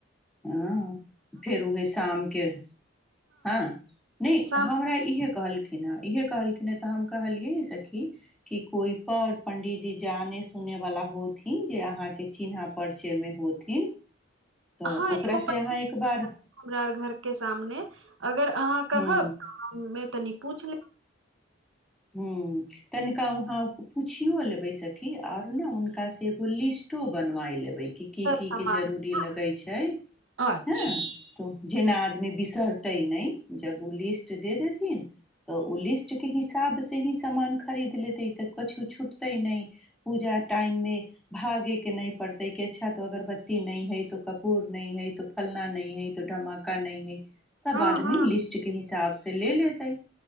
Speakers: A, in the centre; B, on the right.
A: हं फेर ओहे शामके हँ नहि
B: शाम
A: हमरा इहे कहल खिन इहे कहलखिन तऽ हम कहलियै सखी कि कोइ प'र पंडित जे जानय सुनय बला होथिन जे अहाँके चिन्हा परिचयमे होथिन तऽ
B: हं
A: ओकरा
B: एगो
A: से
B: पंडित
A: अहाँ एक बार
B: हमरा और घर के सामने अगर अहाँ
A: हूँ
B: कहब त हम्मे तनि पूछ लेब
A: हुं तनिका वहाँ पुछियो लेबय सखी आर ने हुनकासँ एगो लिस्टो बनबाय लेबय की
B: हुनकर
A: की
B: सामान
A: के जरूरी
B: के
A: लगय छै
B: न। अच्छा
A: हँ तो जेना आदमी बिसरतै नहि जब ओ लिस्ट दे देथिन तऽ ओ लिस्ट के हिस आब से ही हिसाब से ही सामान खरीद लेतय तऽ कछु छूटतै नहि पूजा टाइम मे भागे के नहि पड़ते कि अच्छा तो अगरबत्ती न हइ तो कपूर न हइ तो फलना न हइ तो ढमाका न हइ सब
B: हँ
A: आदमी
B: हँ
A: लिस्ट के हिसाब स से ले लेतै